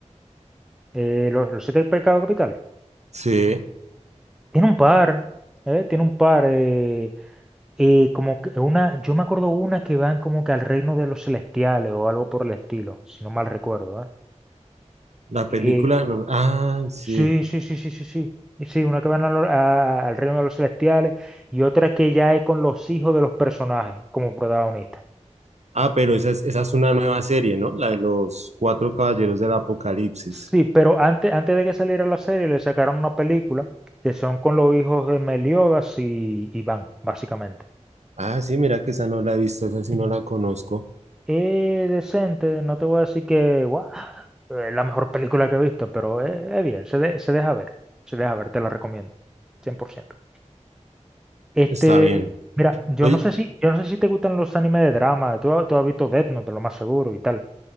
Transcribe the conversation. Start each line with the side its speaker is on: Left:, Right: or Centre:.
Centre: Eh, los, los siete pecados capitales.
Right: Sí,
Centre: Tiene un par, ¿eh? Tiene un par. eh, Eh, como que una, yo me acuerdo una que van como que al reino de los celestiales o algo por el estilo, si no mal recuerdo, ¿eh?
Right: la
Centre: Eh,
Right: película, no. Ah, sí.
Centre: sí, sí, sí, sí, sí, sí. Y Sí, una que van a lo- a- al reino de los celestiales y otra que ya es con los hijos de los personajes como protagonistas.
Right: Ah, pero esa es, esa es una nueva serie, ¿no? La de los Cuatro Caballeros del Apocalipsis.
Centre: Sí, pero antes, antes de que saliera la serie le sacaron una película que son con los hijos de Meliodas y Iván, básicamente.
Right: Ah, sí, mira que esa no la he visto, esa sí no la conozco.
Centre: Es decente, no te voy a decir que guau, es la mejor película que he visto, pero es, es bien, se, de- se deja ver, se deja ver, te la recomiendo, cien por ciento Este,
Right: Está bien.
Centre: mira, yo
Right: Oye,
Centre: no sé si, yo no sé si te gustan los animes de drama, tú, ha- tú has visto Death Note, lo más seguro y tal.